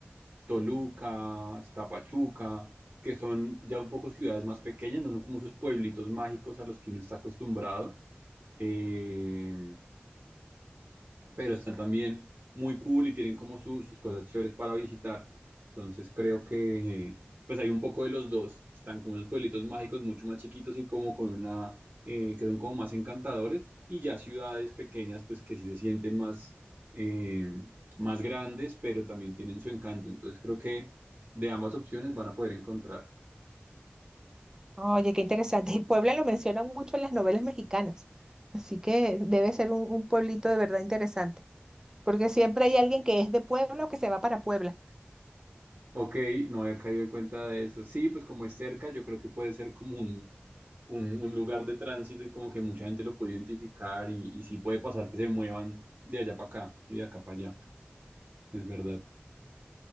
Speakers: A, on the right; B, on the right.
A: Toluca, está Pachuca, que son ya un poco ciudades más pequeñas, no son como esos pueblitos mágicos a los que uno está acostumbrado. Eh, pero están también muy cool y tienen como su- sus cosas chéveres para visitar. Entonces creo que pues hay un poco de los dos. Están como esos pueblitos mágicos mucho más chiquitos y como con una, eh, que son como más encantadores y ya ciudades pequeñas pues que sí se sienten más, eh, más grandes, pero también tienen su encanto. Entonces creo que de ambas opciones van a poder encontrar.
B: Oye, qué interesante. Y Puebla lo mencionan mucho en las novelas mexicanas, así que debe ser un, un pueblito de verdad interesante, porque siempre hay alguien que es de Puebla o que se va para Puebla.
A: Ok, no había caído en cuenta de eso. Sí, pues como es cerca, yo creo que puede ser como un un, un lugar de tránsito y como que mucha gente lo puede identificar y, y sí puede pasar que se muevan de allá para acá y de acá para allá, es verdad.